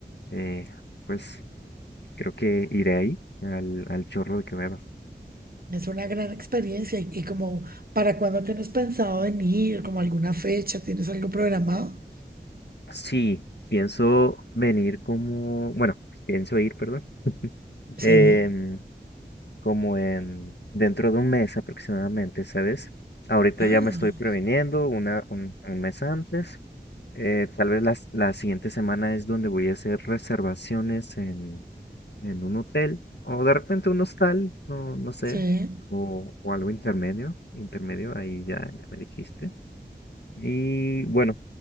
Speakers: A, on the left (about 70°); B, on the right (about 55°).
A: eh, pues creo que iré ahí al, al Chorro de Quevedo.
B: Es una gran experiencia y, y como para cuándo tienes pensado venir, como alguna fecha, ¿tienes algo programado?
A: Sí, pienso venir como, bueno, pienso ir, perdón,
B: Sí.
A: em, como en dentro de un mes aproximadamente, ¿sabes? Ahorita
B: Ah,
A: ya me estoy previniendo una, un, un mes antes Eh, tal vez las la siguiente semana es donde voy a hacer reservaciones en, en un hotel o de repente un hostal, no, no sé,
B: sí.
A: o, o algo intermedio, intermedio, ahí ya, ya me dijiste. Y bueno,